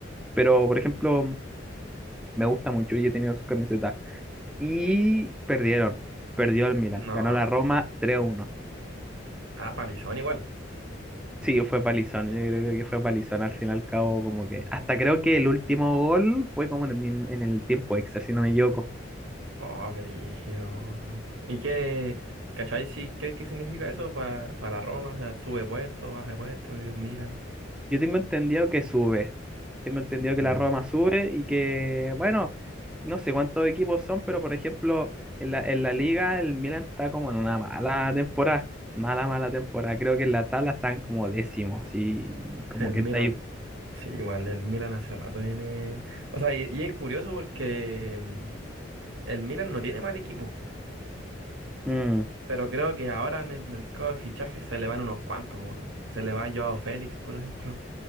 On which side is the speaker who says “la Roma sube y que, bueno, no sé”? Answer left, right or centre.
Centre